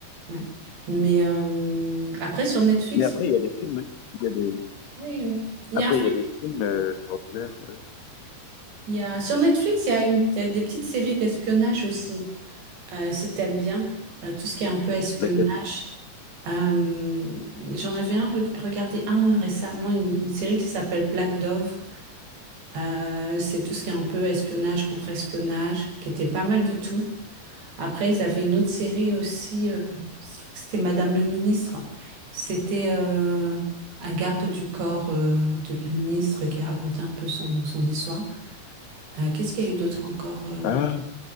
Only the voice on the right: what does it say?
Ouais. Mais euh, après, sur Netflix,
oui, il
y a un film.
Il y a, sur Netflix, il y a une, il y a des petites séries d'espionnage aussi, euh, si t'aimes bien euh, tout ce qui est un peu espionnage.
Euh, j'en avais un, reg- regardé un récemment, une, une série qui s'appelle Black Dove. Euh, c'est tout ce qui est un peu espionnage contre espionnage, qui était pas mal du tout. Après, ils avaient une autre série aussi, euh, je crois que c'était Madame le ministre. C'était euh, un garde du corps euh, de la ministre qui racontait un peu son, son histoire. Euh, qu'est-ce qu'il y a eu d'autre encore? euh,